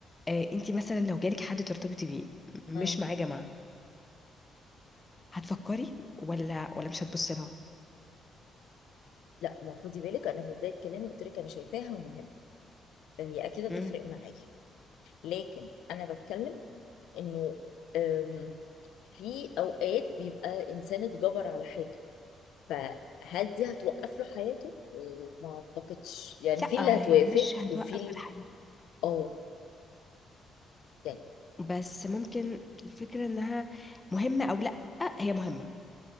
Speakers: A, on the left; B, on the left.
A: آه انت مثلا لو جالك حد ترتبطي بيه م-
B: مم.
A: مش معاه جامعه هتفكري ولا ولا مش هتبصي لها
B: لا ما خدي بالك أنا في بداية كلامي قلت لك أنا شايفاها مهمة فهي أكيد هتفرق
A: مم.
B: معايا لكن أنا بتكلم انه آم، في اوقات بيبقى انسان اتجبر على حاجه فهل دي هتوقف له حياته؟ آه، ما اعتقدش يعني في
A: لا
B: اللي هتوافق
A: هي مش هتوقف
B: وفي اللي
A: الحياة
B: اه يعني
A: بس ممكن الفكرة انها مهمة او لا هي مهمة